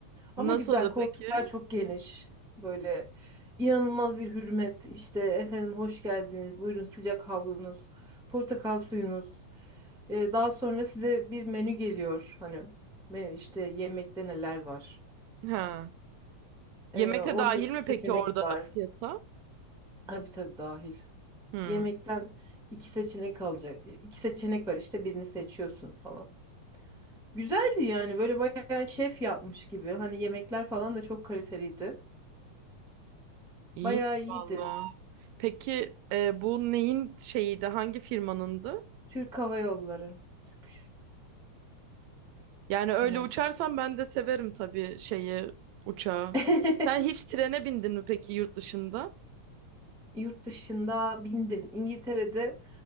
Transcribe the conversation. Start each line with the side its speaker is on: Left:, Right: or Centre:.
Centre: Ama
Right: nasıldı
Centre: güzel koltuklar
Right: peki?
Centre: çok geniş. Böyle inanılmaz bir hürmet. İşte efendim hoş geldiniz. Buyurun sıcak havlunuz, portakal suyunuz. Ee, daha sonra size bir menü geliyor. Hani menü işte yemekte neler var.
Right: Ha.
Centre: Ee,
Right: Yemek
Centre: orada
Right: de dahil
Centre: iki
Right: mi
Centre: seçenek
Right: peki orada
Centre: var.
Right: fiyata?
Centre: Tabii tabii dahil.
Right: Hı,
Centre: Yemekten iki seçenek alacak. e, İki seçenek var işte birini seçiyorsun falan. Güzeldi yani böyle bayağı şef yapmış gibi. Hani yemekler falan da çok kaliteliydi.
Right: iyiymiş
Centre: Bayağı iyiydi.
Right: valla. Peki e, bu neyin şeyiydi? Hangi firmanındı?
Centre: Türk Hava Yolları. Türk.
Right: Yani öyle
Centre: Aynen.
Right: uçarsan ben de severim tabii şeyi, uçağı.
Centre: <laughs>
Right: Sen hiç trene bindin mi peki yurt dışında?
Centre: Yurt dışında bindim. İngiltere'de